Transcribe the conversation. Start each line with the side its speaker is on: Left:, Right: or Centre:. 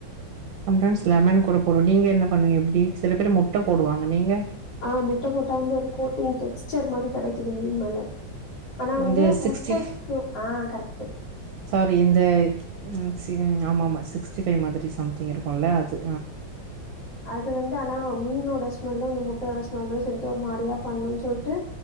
Right: சம் டைம்ஸ் லெமன் கூட போ நீங்க என்ன பண்ணுவீங்க எப்டி சில பேர் முட்ட போடுவாங்க நீங்க
Left: ஆ முட்ட போட்டா வந்து ஒரு கோட்டிங் டெக்ஸ்சர் மாரி கிடைக்குது மீன் மேல ஆனா வந்து
Right: இந்த சிக்ஸ்டி
Left: முட்டைக்கு ஆ கரெக்ட்
Right: சாரி இந்த ம் சிகன் ஆமா ஆமா சிக்ஸ்டி ஃபைவ் மாதிரி சம்திங் இருக்கும்ல அது
Left: அது வந்து ஆனா மீனோட ஸ்மெல்லும் இந்த முட்டையோட ஸ்மெல்லும் சேந்ட்டு ஒரு மாரியா பண்ணுன் சொல்ட்டு